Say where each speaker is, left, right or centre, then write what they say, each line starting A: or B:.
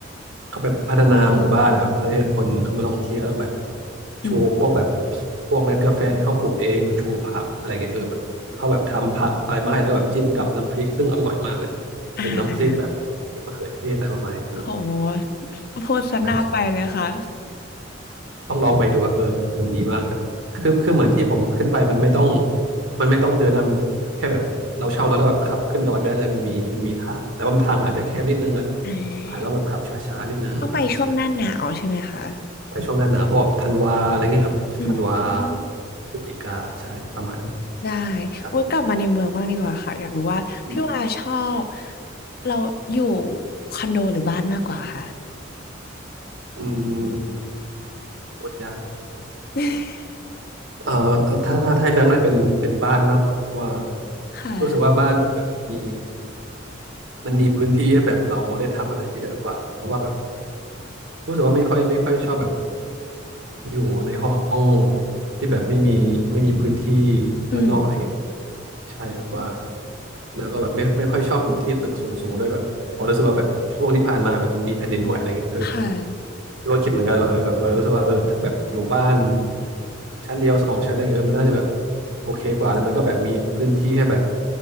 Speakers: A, on the right; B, on the left.
A: เขาแบบพัฒนาหมู่บ้านอะแบบเฮ้ยคนเขามาลองเที่ยวแล้วแบบ
B: อ
A: ชูพวกแบบพวกเม็ดกาแฟที่เขาปลูกเองชูผักอะไรเงี้ยเออแบบเขาแบบทำผักอะไรมาให้แล้วแบบจิ้มกับน้ำพริกซึ่งอร่อยมากเลย
B: ่า
A: เป็นน้ำพริกแบบพริกมะเขือเทศอะไรประมาณเนี้ยเออ
B: โหพูดซะหน้าไปเลยค่ะ
A: ใช่ ต้องลองไปดูอะเออมันมันดีมากแต่แบบคือคือเหมือนที่ผมขึ้นไปมันไม่ต้องมันไม่ต้องเดินนะมันแค่แบบเราเช่ารถแล้วแบบขับขึ้นดอยไปได้เลยมันมีมันมีทางแต่ว่ามันทางมันอาจจะแคบนิดนึงอ่ะ
B: <laughs> อ่า
A: อาจจะต้องแบบขับช้าๆนิดนึงอ่ะใช่
B: ต้องไปช่วงหน้าหนาวใช่ไหมคะ
A: ไปช่วงหน้าหนาวพวกแบบธันวาอะไรเงี้ยครับธันวา
B: อืม
A: พฤศจิกาใช่ประมาณนี้
B: ได้
A: ใช่
B: อุ้ยกลับมาในเมืองบ้างดีกว่าค่ะอยากรู้ว่าพี่วาชอบ
A: อืม
B: เราอยู่คอนโดหรือบ้านมากกว่าค่ะ
A: อืมพูดยาก
B: <laughs>
A: เอ่อถ้าถ้าถ้าให้เลือกน่าเป็นเป็นบ้านมากกว่าเพราะว่า
B: ค่ะ
A: รู้สึกว่าบ้านแบบมีมันมีพื้นที่ให้แบบเราได้ทำอะไรเยอะกว่าเพราะว่าแบบรู้สึกว่าไม่ค่อยไม่ค่อยชอบแบบอยู่ในห้องที่แบบไม่มีไม่มีพื้นที่
B: อืม
A: ด้านนอกอะไรเงี้ยใช่แบบว่าแล้วก็แบบไม่ไม่ค่อยชอบอยู่ที่ตึกสูงๆด้วยแบบพอรู้สึกว่าแบบช่วงที่ผ่านมาแบบมีแผ่นดินไหวอะไรเงี้ย <laughs> เออ
B: ค่ะ
A: ก็คิดเหมือนกันว่าเออแบบเออรู้สึกว่าเออถ้าแบบอยู่บ้านชั้นเดียวสองชั้นอะไรเงี้ยเออมันน่าจะแบบโอเคกว่าแล้วมันก็แบบมีพื้นที่ให้แบบ